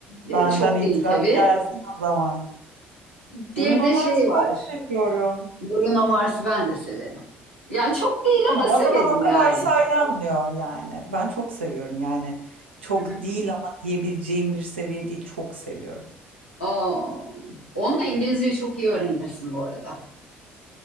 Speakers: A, on the left; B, on the right.
A: E,
B: benden
A: Çok değil
B: itiraf
A: tabii.
B: gelsin o zaman.
A: Bir
B: Bruno
A: de
B: Mars'ı
A: şey var.
B: çok seviyorum.
A: Bruno Mars'ı ben de severim. Yani çok değil ama
B: Tamam o
A: severim
B: zaman o kadar
A: yani.
B: saylanmıyor yani. Ben çok seviyorum yani. Çok
A: Hı hı.
B: değil ama diyebileceğim bir seviye değil çok seviyorum.
A: Aa, onunla İngilizceyi çok iyi öğrenirsin bu arada.